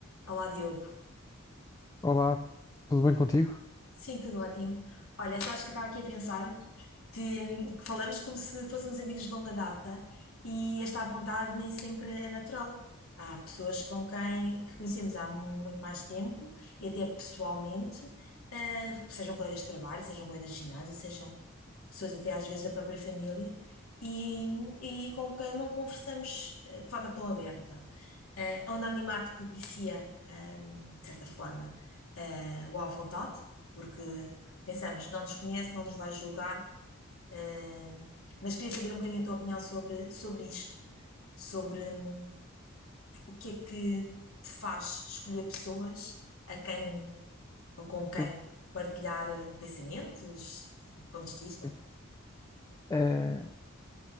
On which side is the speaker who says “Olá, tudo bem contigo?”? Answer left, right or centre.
Left